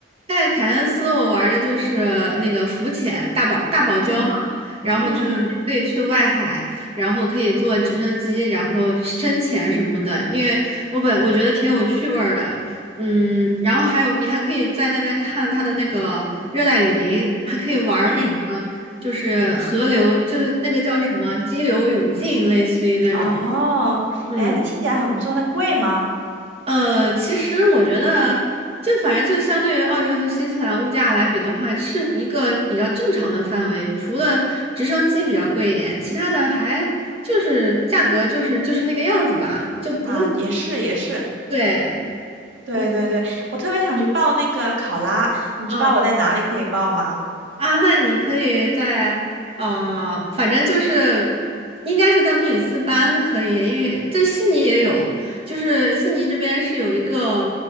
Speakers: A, on the right; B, on the right.
A: 在凯恩斯，我玩的就是那个浮潜，大堡大堡礁嘛，
B: 嗯
A: 然后你就你可以去外海，
B: 嗯嗯
A: 然后可以坐直升机，然后深潜什么的。因为我本我觉得挺有趣味儿的，嗯，然后还有你还可以在那边看它的那个热带雨林，还可以玩儿那个就是河流，
B: 嗯，
A: 就是那个叫什么激流勇进，类似于那种。
B: 哦，
A: 嗯。
B: 哎，那听起来很不错，那贵吗？
A: 呃，其实我觉得，就反正就相对于澳洲和新西兰物价来比的话，是一个比较正常的范围。除了直升机比较贵一点，其他的还就是价格就是就是那个样子吧，就不是
B: 啊，也是也是，
A: 对，
B: 对对对，
A: 嗯。
B: 我特别想去报那个考拉，你知道我在哪里可以报吗？
A: 嗯啊，那你可以在呃，反正就是应该是在布里斯班可以，因为在悉尼也有，就是悉尼这边是有一个，